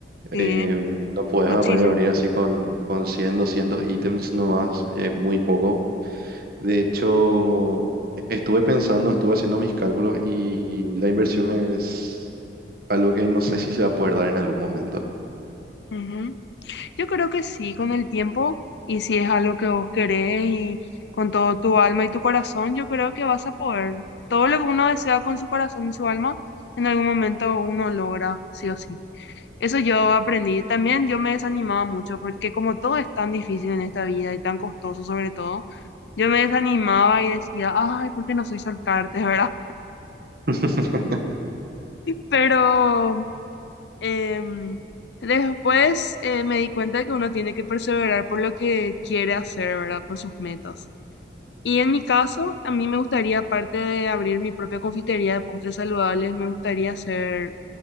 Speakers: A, on the left; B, on the right.
A: sí,
B: Eh, no puedes
A: muchísimo.
B: agarrar y abrir así con, con 100, 200 ítems nomás, es muy poco. De hecho, estuve pensando, estuve haciendo mis cálculos y la inversión es algo que no sé si se va a poder dar en algún momento.
A: Ujú. Yo creo que sí, con el tiempo, y si es algo que vos querés y con todo tu alma y tu corazón, yo creo que vas a poder. Todo lo que uno desea con su corazón y su alma, en algún momento uno logra, sí o sí. Eso yo aprendí. También yo me desanimaba mucho porque como todo es tan difícil en esta vida y tan costoso sobre todo, yo me desanimaba y decía, ay, ¿por qué no soy solcarte, <laughs> verdad?
B: <laughs>
A: Pero Em, después eh, me di cuenta que uno tiene que perseverar por lo que quiere hacer, ¿verdad? Por sus metas. Y en mi caso, a mí me gustaría, aparte de abrir mi propia confitería de postres saludables, me gustaría ser